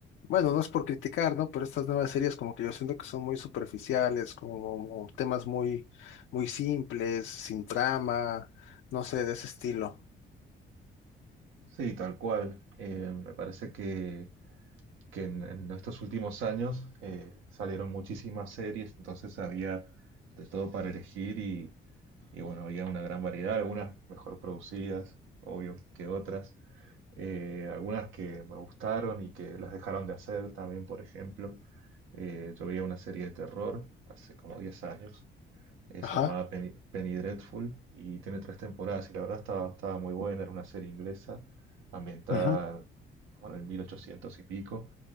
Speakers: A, on the left; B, on the right.
A: bueno, no es por criticar, ¿no? Pero estas nuevas series como que yo siento que son muy superficiales, como temas muy muy simples, sin trama, no sé, de ese estilo.
B: Sí, tal cual. Eh, me parece que que en, en estos últimos años eh, salieron muchísimas series, entonces había de todo para elegir y, y bueno, había una gran variedad, algunas mejor producidas, obvio que otras, eh, algunas que me gustaron y que las dejaron de hacer también, por ejemplo. Eh, yo veía una serie de terror hace como 10 años, eh,
A: Ajá,
B: se llamaba Penny, Penny Dreadful y tiene tres temporadas y la verdad estaba, estaba muy buena, era una serie inglesa ambientada
A: ajá.
B: como en el 1800 y pico.